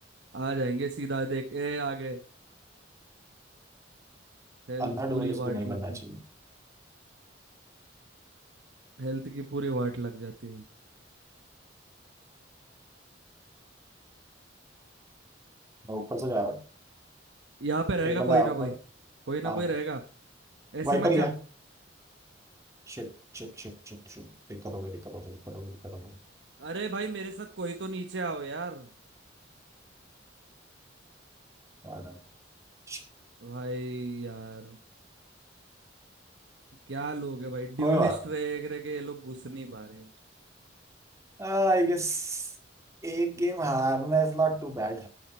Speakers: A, on the right; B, on the right.
A: आ जाएंगे सीधा देख ए आ गए हेल्थ
B: अंधा
A: पूरी
B: डुअलिस्ट
A: वाट
B: भी नहीं बनना
A: लग
B: चाहिए
A: हेल्थ की पूरी वाट लग जाती है
B: मैं ऊपर से जा रहा हूँ
A: यहाँ पे रहेगा
B: एक बंदा
A: कोई
B: है
A: ना
B: ऊपर
A: कोई कोई ना
B: हाँ
A: कोई रहेगा ऐसे
B: वाइपर
A: मत
B: ही
A: जा
B: है Shit shit shit shit shit दिक्कत हो गई दिक्कत हो गई दिक्कत हो गई दिक्कत हो गई
A: अरे भाई मेरे साथ कोई तो नीचे आओ यार
B: और, shit,
A: भाई यार क्या लोग है भाई ड्यूलिस्ट
B: कोई बात
A: रह रह के ये लोग घुस नहीं पा रहे <laughs>
B: आई गेस एक गेम हारना इज नॉट टू बैड